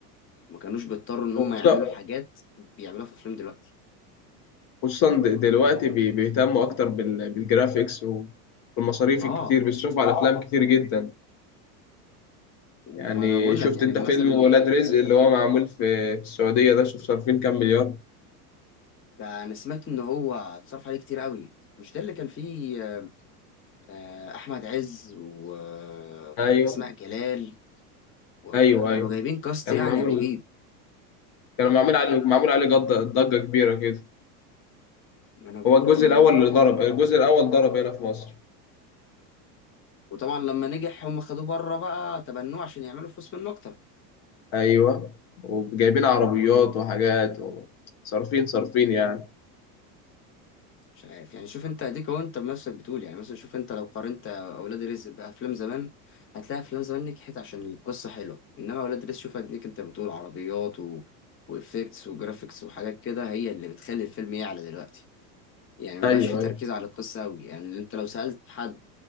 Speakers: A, on the left; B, on the left.
A: ما كانوش بيضطروا ان
B: وخصوصا
A: هم يعملوا حاجات بيعملوها في افلام دلوقتي
B: خصوصا د- دلوقتي بي- بيهتموا اكتر بال- بالجرافيكس والمصاريف
A: اه
B: الكتير بيصرفوا على افلام كتير جدا
A: وما
B: يعني
A: انا بقول
B: شفت
A: لك يعني
B: انت
A: مثلا
B: فيلم ولاد رزق اللي هو معمول في في السعوديه ده شوف صارفين كام مليار
A: ده انا سمعت ان هو اتصرف عليه كتير قوي مش ده اللي كان فيه آه، احمد عز واسماء
B: ايوه
A: جلال وكانوا
B: ايوه ايوه
A: جايبين كاست
B: كان
A: يعني
B: معمول
A: رهيب
B: كان معمول عليه معمول عليه ضجه ضجه كبيره كده
A: ما انا بقول
B: هو الجزء
A: ما
B: الاول
A: دي الفكره
B: اللي ضرب
A: بقى
B: الجزء الاول ضرب هنا في مصر
A: وطبعا لما نجح هم خدوه بره بقى تبنوه عشان يعملوا فلوس منه اكتر
B: ايوه وجايبين عربيات وحاجات و... صارفين صارفين يعني
A: مش عارف يعني شوف انت اديك اهو انت بنفسك بتقول يعني مثلا شوف انت لو قارنت اولاد رزق بافلام زمان هتلاقي افلام زمان نجحت عشان القصه حلوه انما اولاد رزق شوف اديك انت بتقول عربيات و... وافكتس وجرافيكس وحاجات كده هي اللي بتخلي الفيلم يعلى دلوقتي يعني مبقاش
B: ايوه
A: في تركيز
B: ايوه
A: على القصه قوي يعني انت لو سالت حد